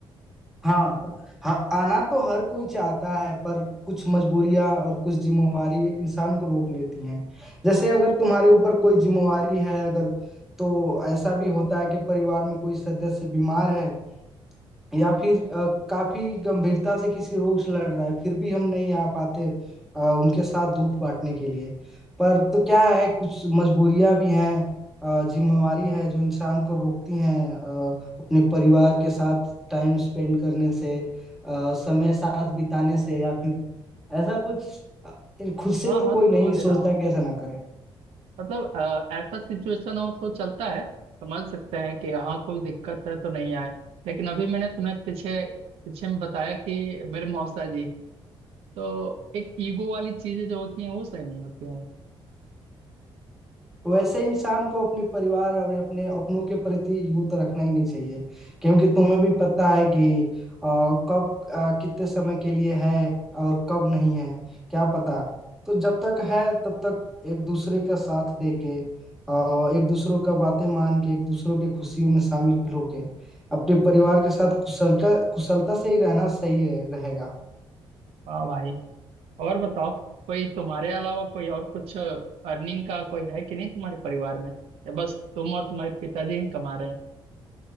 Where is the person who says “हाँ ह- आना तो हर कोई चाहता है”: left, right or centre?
Centre